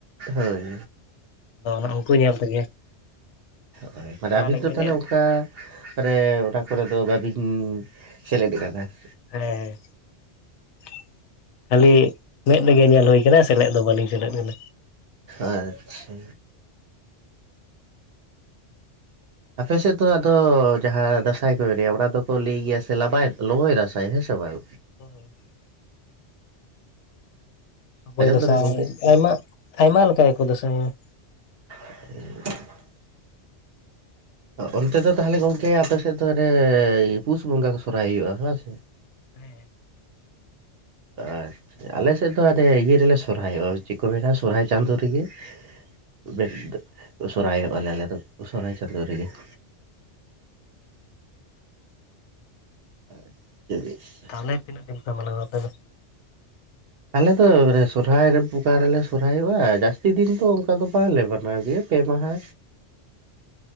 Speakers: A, on the right (about 65°); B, on the left (about 75°).
A: ᱦᱳᱭ᱾
B: ᱟᱫᱚ ᱚᱱᱟ ᱩᱱᱠᱩ ᱧᱮᱞ ᱛᱮᱜᱮ
A: ᱦᱳᱭ ᱢᱟᱱᱮ
B: ᱛᱷᱚᱲᱟ
A: ᱟᱹᱵᱤᱱ
B: ᱞᱤᱧ
A: ᱫᱚ
B: ᱮᱱᱮᱡ
A: ᱛᱟᱦᱚᱞᱮ ᱚᱱᱠᱟ ᱨᱮ ᱚᱱᱟ ᱠᱚᱨᱮ ᱫᱚ ᱵᱟᱵᱤᱱ ᱥᱮᱞᱮᱫ ᱠᱟᱫᱟ ᱾
B: ᱦᱮᱸᱻ <inaudible> ᱠᱷᱟᱹᱞᱤ ᱢᱮᱫ ᱨᱮᱜᱮ ᱧᱮᱞ ᱦᱩᱭ ᱟᱠᱟᱱᱟ ᱥᱮᱞᱮᱫ ᱫᱚ ᱵᱟᱹᱞᱤᱧ ᱥᱮᱞᱮᱫ ᱠᱟᱱᱟ᱾
A: ᱟᱪᱪᱷᱟ ᱟᱯᱮ ᱥᱮᱫ ᱫᱚ ᱟᱫᱚ ᱡᱟᱦᱟᱸ ᱫᱟᱸᱥᱟᱭ ᱠᱚ ᱮᱱᱮᱡᱟ ᱚᱱᱟ ᱫᱚᱠᱚ ᱞᱟᱹᱭ ᱜᱮᱭᱟ ᱥᱮ ᱞᱟᱵᱟᱭ ᱞᱚᱵᱚᱭ ᱫᱟᱸᱥᱟᱭ ᱦᱮᱸᱥᱮ ᱵᱟᱝ?
B: ᱚ ᱦᱮᱸ ᱚᱠᱚᱭ
A: ᱟᱸᱡᱚᱢ
B: ᱫᱟᱸᱥᱟᱭ
A: ᱫᱟᱵᱤᱱ ᱜᱚᱝᱠᱮ?
B: ᱟᱭᱢᱟ ᱟᱭᱢᱟ ᱞᱮᱠᱟ ᱜᱮᱠᱚ ᱫᱟᱸᱥᱟᱭᱟ ᱾
A: <unintelligible> ᱚᱱᱛᱮ ᱫᱚ ᱛᱟᱦᱚᱞᱮ ᱜᱚᱝᱠᱮ ᱟᱯᱮ ᱥᱮᱫ ᱫᱚ ᱚᱱᱮ ᱯᱩᱥ ᱵᱚᱸᱜᱟ ᱠᱚ ᱥᱚᱨᱦᱟᱭ ᱦᱩᱭᱩᱜᱼᱟ ᱦᱮᱸ ᱥᱮ?
B: ᱦᱮᱸ
A: ᱟᱪᱷᱟ ᱟᱞᱮᱥᱮ ᱫᱚ ᱟᱱᱮ ᱤᱭᱟᱹ ᱨᱮᱞᱮ ᱥᱚᱨᱚᱦᱟᱭᱚᱜᱼᱟ ᱪᱮᱫ ᱠᱚ ᱢᱮᱱᱟ ᱥᱚᱨᱚᱦᱟᱭ ᱪᱟᱸᱫ ᱨᱮᱜᱮ <unintelligible> ᱥᱚᱨᱚᱦᱟᱭᱚᱜ ᱟᱞᱮ ᱫᱚ ᱥᱚᱦᱟᱭ ᱪᱟᱸᱫᱳ ᱨᱮᱜᱮ ᱾ <unintelligible>
B: ᱛᱟᱦᱚᱞᱮ ᱛᱱᱟᱹᱜ ᱫᱤᱱ ᱯᱮ ᱢᱮᱣᱟ ᱟᱯᱮᱫᱚ
A: ᱟᱞᱮᱫᱚ ᱥᱚᱨᱦᱟᱭ ᱨᱮ ᱵᱚᱸᱠᱟ ᱨᱮᱞᱮ ᱥᱚᱨᱦᱟᱭᱚᱜᱼᱟ ᱡᱟᱹᱥᱛᱤ ᱫᱤᱱ ᱫᱚ ᱚᱱᱠᱟ ᱫᱚ ᱵᱟᱝᱞᱮ ᱢᱟᱱᱟᱣ ᱜᱮᱭᱟ ᱾ ᱯᱮ ᱢᱟᱦᱟ